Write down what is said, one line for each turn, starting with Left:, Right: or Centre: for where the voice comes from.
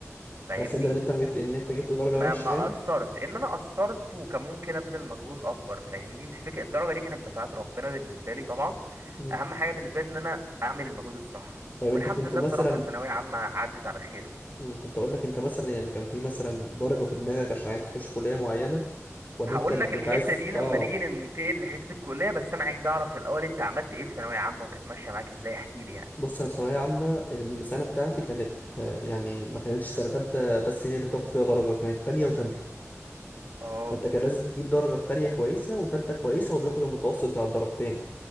Right: فاهمني
Left: مش عايز تندم إن أنت جبت إن أنت جبت درجة
Right: ما
Left: وحشة
Right: ما
Left: يعني
Right: قصرت ان انا قصرت وكان ممكن ابذل مجهود اكبر فاهمني مش فكرة الدرجة دي كانت بتاعت ربنا بالنسبة لي طبعا
Left: مم.
Right: اهم حاجة بالنسبة لي ان انا اعمل المجهود الصح
Left: طيب
Right: والحمد
Left: أنت كنت
Right: لله
Left: مثلا
Right: بصراحة ثانوية عامة عدت على خير
Left: مم، كنت أقول لك أنت مثلا يعني كان في مثلا درجة في دماغك عشان عايز تخش كلية معينة ولا
Right: هقول
Left: أنت اللي
Right: لك
Left: كنت
Right: الحتة
Left: عايز
Right: دي لما
Left: آه
Right: نيجي ننتقل لحتة الكلية بس أنا عايز أعرف الأول أنت عملت إيه في ثانوية عامة وكانت ماشية معاك إزاي احكي لي يعني
Left: بص انا في ثانويه عامه السنه بتاعتي كانت آه، يعني ما كانتش سنه تالتة بس هي اللي بتاخد فيها درجه كانت تانية وتالتة
Right: اه
Left: فانت كان لازم تجيب درجه في تانية كويسه وتالتة كويسه وبياخد المتوسط بتاع الدرجتين